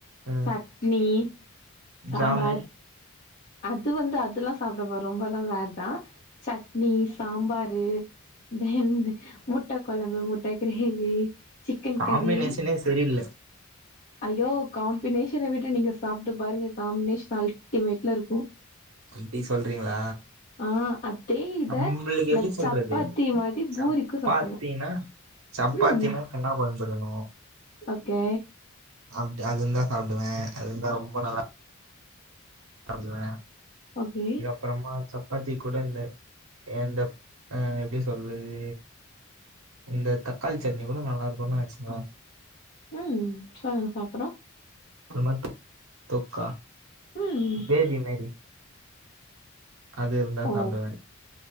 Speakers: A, on the right; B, on the left.
A: ஆ
B: சட்னி சாம்பார்
A: ஜாமு
B: அது வந்து அதெல்லாம் சாப்டவா ரொம்பல்லாம் ரேர்தா சட்னி சாம்பாரு தென் முட்ட கொழம்பு முட்ட கிரேவி சிக்கன்
A: காம்பினேஷனே
B: கரி
A: சரியில்ல
B: ஐயோ காம்பினேஷன விட்ட நீங்க சாப்ட்டு பாருங்க காம்பினேஷன் அல்டிமேட் ல்ல இருக்கும்
A: அப்டி சொல்றீங்களா
B: ஆ அதே இத
A: நம்ளுக்கு
B: லைக்
A: எப்டி சொல்றது
B: சப்பாத்தி மாரி
A: சப்பாத்தினா
B: பூரிக்கு சாப்புட்ணு
A: சப்பாத்தினா
B: ம்
A: சென்னா கொழம்புருக்ன்னோ
B: ஓகே
A: அப்டி அது இருந்தா சாப்டுவே அது இருந்தா ரொம்ப நல்லா சாப்டுவே
B: ஓகே
A: அப்றமா சப்பாத்தி கூட இந்த இந்த ஆ எப்டி சொல்றது இந்த தக்காள் சட்னி கூட நல்லா இருக்குனு வெச்க்ங்ளே
B: ம் சொல் அப்றோ
A: அது ஒரு மாரி தொக் தொக்கா
B: ம்
A: கிரேவி மாரி அது இருந்தா
B: ஓ
A: சாப்டுவே